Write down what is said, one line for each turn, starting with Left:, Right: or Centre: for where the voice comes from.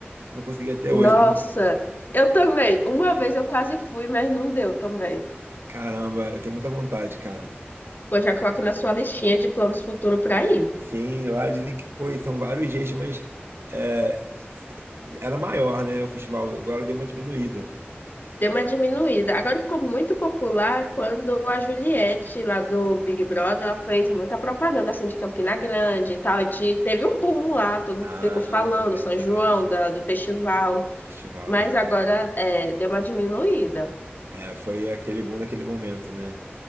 Right: Não consegui até
Left: Nossa,
Right: hoje.
Left: eu também. Uma vez eu quase fui, mas não deu também.
Right: Caramba, eu tenho muita vontade, cara.
Left: Pois já coloque na sua listinha de planos futuros para ir.
Right: Sim, lá dizem que, pô, são vários jeitos, mas é, era maior, né, o festival. Agora deu uma diminuída.
Left: Deu uma diminuída. Agora ficou muito popular quando a Juliette, lá do Big Brother, ela fez muita propaganda assim de Campina Grande e tal. E te- teve um boom lá, todo
Right: Ah,
Left: mundo ficou falando,
Right: verdade.
Left: São João, da, do festival.
Right: Festival,
Left: Mas
Right: é verdade.
Left: agora é, deu uma diminuída.
Right: É, foi aquele boom naquele momento, né?